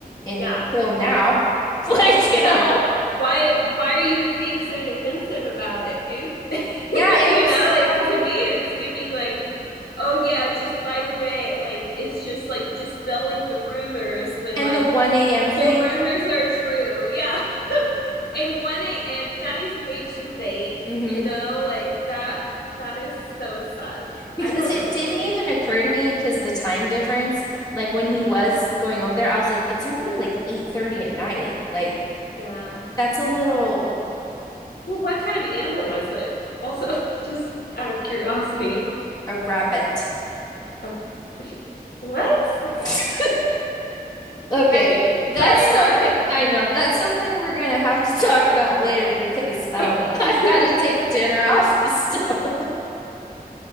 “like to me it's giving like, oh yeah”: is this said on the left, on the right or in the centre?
Left